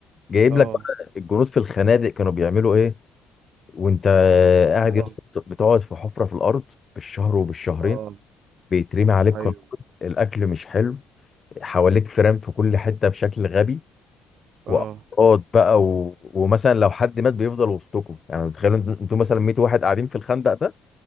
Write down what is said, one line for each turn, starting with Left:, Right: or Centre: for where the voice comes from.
Left: جايب
Right: اه
Left: لك بقى الجنود في الخنادق كانوا بيعملوا ايه وانت قاعد
Right: اه
Left: يا اسطى بتقعد في حفرة في الأرض بالشهر وبالشهرين
Right: اه
Left: بيترمي عليك
Right: ايوه
Left: قنابل الأكل مش حلو حواليك فرام في كل حته بشكل غبي
Right: اه
Left: وافراد بقى و... ومثلا لو حد مات بيفضل وسطكم يعني تخيلوا انت- انتوا مثلا 100 واحد قاعدين في الخندق ده